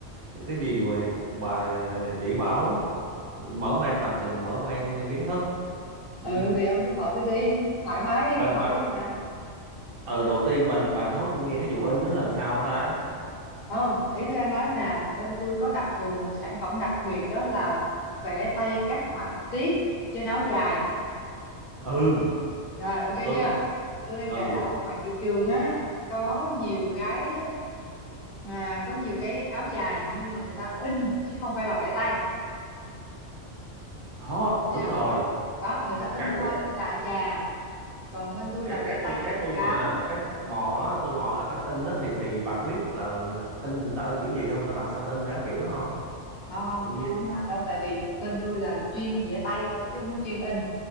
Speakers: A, on the right (about 60°); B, on the left (about 55°).
A: cái, cái gì mà bà ờ, chỉ bảo. mở mang tầm nhìn mở mang kiến thức
B: ừ
A: ừ,
B: thì ông cứ hỏi tôi đi thoải mái đi
A: bà,
B: cứ hỏi
A: bà,
B: đi mà
A: ừ đầu tiên bà bà nói tôi nghe cái vụ in đó là sao ta
B: không ý tôi đang nói là bên tôi có đặc thù một sản phẩm đặc biệt đó là vẽ tay các họa tiết trên áo dài
A: ừ
B: rồi ok
A: tôi
B: chưa
A: biết
B: tôi đang
A: ừ
B: kể là ở ngoài thị trường á có nhiều cái à, có nhiều cái áo dài nhưng mà người ta in chứ không phải là vẽ tay
A: đó
B: hiểu
A: đúng
B: chưa
A: rồi
B: đó người ta in
A: cái
B: thôi in đại trà còn bên tôi
A: cái
B: là vẽ
A: cái tôi
B: tay
A: cái
B: từng
A: tôi
B: cái
A: mà cái tò mò á, tôi mò là cái đó in đó thì thì bà có biết là in ta in kiểu gì không ta làm sao ta in ra kiểu đó không
B: không không
A: Ừ,
B: tôi không rành đâu tại vì bên tôi là chuyên vẽ tay thôi chứ không có chuyên in